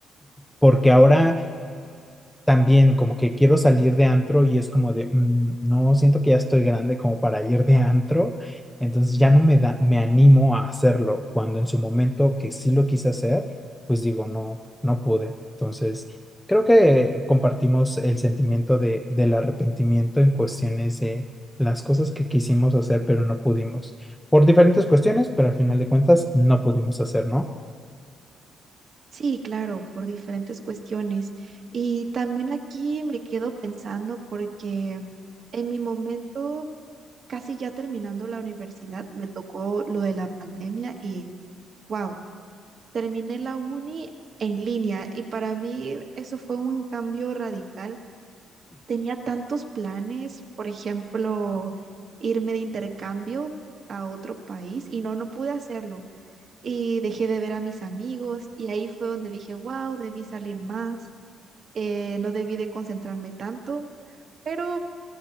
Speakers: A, in the centre; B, on the right.
A: porque ahora también como que quiero salir de antro y es como de, "Mm, no, siento que ya estoy grande como para ir de antro, entonces ya no me da, me animo a hacerlo, cuando en su momento que sí lo quise hacer, pues digo, no, no pude. Entonces, creo que compartimos el sentimiento de, del arrepentimiento en cuestiones de las cosas que quisimos hacer, pero no pudimos, por diferentes cuestiones, pero al final de cuentas no pudimos hacer, ¿no?
B: Sí, claro, por diferentes cuestiones. Y también aquí me quedo pensando porque en mi momento, casi ya terminando la universidad, me tocó lo de la pandemia y wow, terminé la uni en línea y para mí eso fue un cambio radical Tenía tantos planes, por ejemplo, irme de intercambio a otro país y no, no pude hacerlo. Y dejé de ver a mis amigos y ahí fue donde dije, wow, debí salir más, eh, no debí de concentrarme tanto, pero